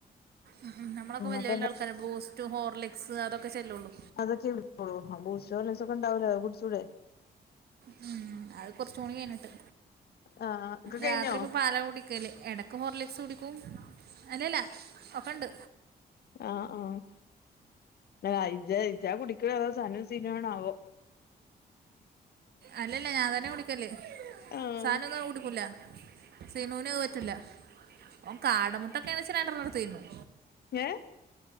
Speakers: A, on the right; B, on the left.
A: ഉം ഉം നമ്മളൊക്കെ വല്ല്യ
B: അപ്പൊ
A: വല്ല്യ
B: എന്താ
A: ആൾ ക്കാര് ബൂസ്റ്റ് ഹോർലിക്സ് അതൊക്കെ ചെല്ലുള്ളു
B: അതൊക്കെ കുടിക്കൊള്ളു അപ്പൊ ബൂസ്റ്റും ഹോർലിക്സൊക്കെ ണ്ടാവൂലെ അത് കുടിച്ചൂടെ
A: ഉം അത് കൊറച്ചൂ കൂടി കഴിഞ്ഞിട്ട്
B: ആഹ് ഒക്കെ കഴിഞ്ഞോ
A: രാത്രി ഇപ്പൊ പാലാ കുടി ക്കല് എടക്ക് ഹോർലിക്സ് കുടിക്കും അല്ലല്ല ഒക്കണ്ട്
B: ആ ആഹ് അയ് ഇജ്ജാ ഇജ്ജാ കുടിക്ക്ണ് അതോ സനും സിനു ആണാവോ
A: അല്ലല്ല ഞാൻ തന്നെ കുടിക്കല്
B: ആഹ്
A: സാനന്നും അത്‌ കുടിക്കൂലാ സിനൂന് അത് പറ്റൂല്ല ഓൻ കാടമുട്ടൊക്കെണെച്ച രണ്ട്രണ്ണം എടുത്ത് തിന്നും
B: ഏഹ്